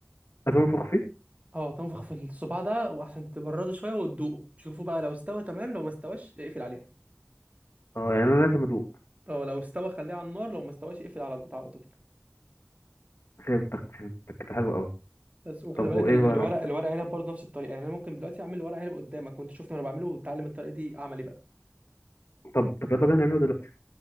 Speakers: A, on the left; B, on the right.
A: لازم انفخ فيه
B: اه تنفخ في الصباع ده وعشان تبرده شويه وتدوقه تشوفه بقى لو استوى تمام لو ما استواش اقفل عليها
A: اه يعني انا لازم ادوق
B: اه لو استوى خليه على النار لو ما استواش اقفل على البتاع على طول
A: فهمتك فهمتك كده حلو قوي
B: بس وخلي
A: طب وايه
B: بالك ال-
A: بقى
B: الورق
A: العك-
B: الورق عنب برضه نفس الطريقه يعني انا ممكن دلوقتي اعمل ورق عنب قدامك وانت شفت انا بعمله وتعلم الطريقه دي عملي بقى
A: طب طب يلا بينا نعمله دلوقتي